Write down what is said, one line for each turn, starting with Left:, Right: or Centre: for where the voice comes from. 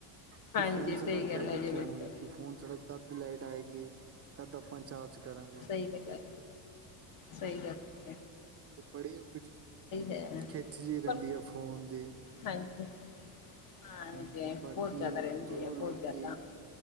Right: ਕਿ
Left: ਹਾਂਜੀ
Right: ਫੋਨ ਸਾਡਾ
Left: ਸਹੀ ਗੱਲ
Right: ਡੈਂਡ
Left: ਹੈ ਜੀ
Right: ਕਿਉਂਏ?
Left: ਬਿਲਕੁਲ
Right: ਕਿ ਫੋਨ ਸਾਡਾ ਕਦ ਲਾਈਟ ਆਏਗੀ, ਕਦ ਆਪਾਂ ਚਾਰਜ ਕਰਾਂਗੇ।
Left: ਠੀਕੈ। ਸਈ ਗੱਲ ਏ।
Right: ਤੇ ਬੜੀ ਉਹ ਕੁ
Left: ਹੈ
Right: ਖਿੱਚ ਜੀ ਰੈਂਦੀ
Left: ਪਰ
Right: ਆ ਫੋਨ ਦੀ।
Left: ਹਾਂਜੀ। ਹਾਂਜੀ
Right: ਹੂੰ, ਤੇ ਬਾਕੀ
Left: ਬਹੁਤ ਜ਼ਿਆਦਾ ਰਹਿੰਦੀ
Right: ਚਲੋ
Left: ਹੈ
Right: ਲੋਕੀ
Left: ਬਹੁਤ ਜ਼ਿਆਦਾ